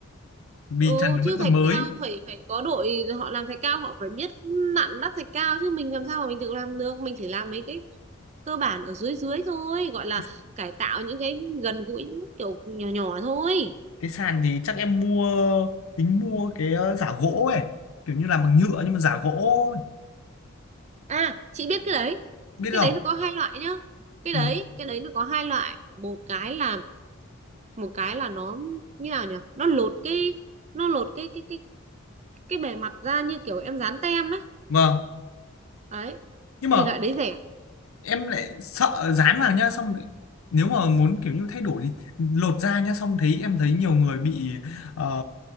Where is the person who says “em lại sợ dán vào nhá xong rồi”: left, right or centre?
Left